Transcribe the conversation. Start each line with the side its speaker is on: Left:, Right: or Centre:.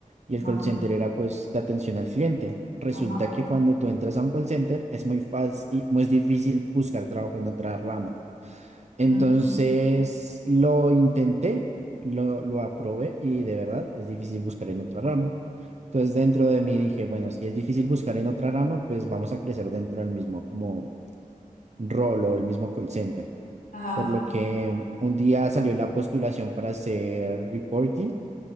Right: y
Left: Ajá,
Right: el call center era pues de atención al cliente. Resulta
Left: ajá,
Right: que cuando tú entras a un call center es muy fácil y muy difícil buscar trabajo en otra rama. Entonces
Left: ujú,
Right: lo intenté, lo, lo aprobé y de verdad es difícil buscar en otra rama. Entonces dentro de mí dije, bueno, si es difícil buscar en otra rama, pues vamos a crecer dentro del mismo como rol o el mismo call center
Left: ajá.
Right: por lo que un día salió la postulación para hacer reporting.